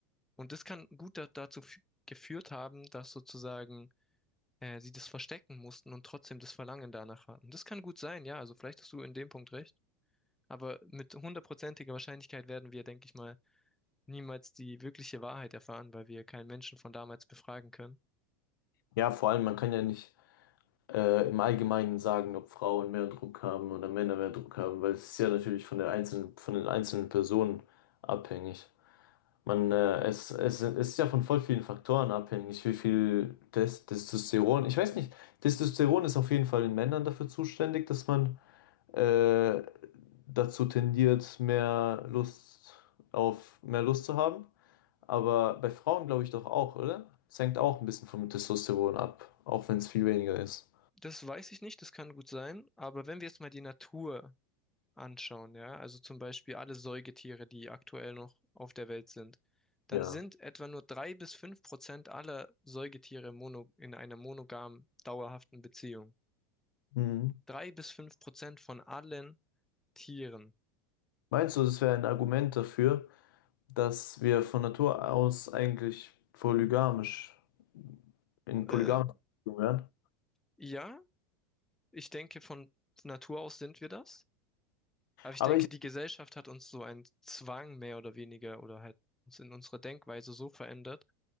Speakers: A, in the centre; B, on the left.
A: Und das kann gut da dazu fü- geführt haben, dass sozusagen äh, sie das verstecken mussten und trotzdem das Verlangen danach hatten. Das kann gut sein, ja, also vielleicht hast du in dem Punkt recht. Aber mit hundertprozentiger Wahrscheinlichkeit werden wir, denke ich mal, niemals die wirkliche Wahrheit erfahren, weil wir keinen Menschen von damals befragen können.
B: Ja, vor allem, man kann ja nicht. äh, im Allgemeinen sagen, ob Frauen mehr Druck haben oder Männer mehr Druck haben, weil es ist ja natürlich von der einzelnen, von den einzelnen Personen abhängig. Man, äh, es, es, es ist ja von voll vielen Faktoren abhängig, wie viel Tes- Testosteron, ich weiß nicht, Testosteron ist auf jeden Fall in Männern dafür zuständig, dass man äh, dazu tendiert, mehr Lust auf, mehr Lust zu haben. Aber bei Frauen glaube ich doch auch, oder? Es hängt auch ein bisschen vom Testosteron ab, auch wenn es viel weniger ist.
A: Das weiß ich nicht, das kann gut sein. Aber wenn wir jetzt mal die Natur anschauen, ja, also zum Beispiel alle Säugetiere, die aktuell noch auf der Welt sind, dann
B: Ja,
A: sind etwa nur drei bis fünf Prozent aller Säugetiere mono, in einer monogamen, dauerhaften Beziehung.
B: Mhm.
A: Drei bis fünf Prozent von allen Tieren.
B: Meinst du, das wäre ein Argument dafür, dass wir von Natur aus eigentlich polygamisch in
A: Äh,
B: polygamisch wären?
A: ja, ich denke, von Natur aus sind wir das. Aber ich
B: Aber
A: denke,
B: ich,
A: die Gesellschaft hat uns so einen Zwang mehr oder weniger oder halt uns in unserer Denkweise so verändert,